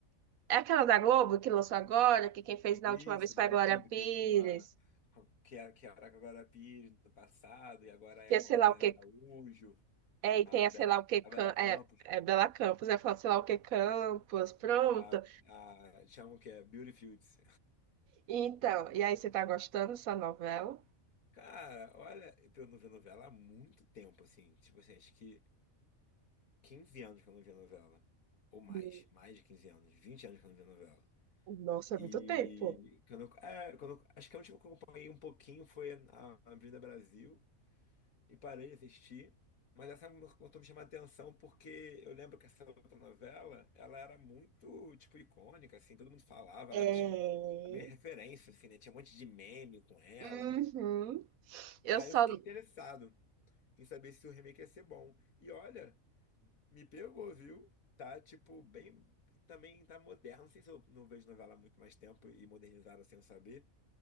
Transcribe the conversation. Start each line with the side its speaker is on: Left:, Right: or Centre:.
Right: É aquela da Globo que lançou agora, que quem fez na
Left: Isso,
Right: última vez
Left: Vale
Right: foi a Glória
Left: Tudo,
Right: Pires,
Left: que com a. Que era, que era com a Glória Pires do passado, e agora é
Right: que é
Left: com
Right: sei
Left: a
Right: lá
Left: Thais
Right: o que
Left: Araújo.
Right: É, e
Left: a
Right: tem
Left: Bela,
Right: a sei lá o que Cam-
Left: a Bela Campos,
Right: é, é Bela Campos, é falar sei lá o que Campos, pronto.
Left: a, a chamam que é Beauty Fields.
Right: Então, e aí você tá gostando dessa novela?
Left: Cara, olha, pra eu não ver novela há muito tempo, assim. Tipo assim, acho que 15 anos que eu não via novela. Ou mais,
Right: Hum,
Left: mais de 15 anos, 20 anos que eu não via novela.
Right: Nossa, é
Left: E
Right: muito tempo.
Left: quando, eu- é, quando eu- acho que a última que eu acompanhei um pouquinho foi a, a Avenida Brasil. e parei de assistir. Mas essa me- começou a me chamar a atenção porque eu lembro que essa outra novela, ela era muito, tipo, icônica, assim, todo mundo falava,
Right: É.
Left: ela tinha também referência, assim, né? Tinha um monte de meme com ela.
Right: Uhum. Eu
Left: Aí
Right: só.
Left: eu fiquei interessado em saber se o remake ia ser bom. E olha, me pegou, viu? Tá, tipo, bem... Também tá moderno, não sei se eu não vejo novela há muito mais tempo e modernizaram sem eu saber,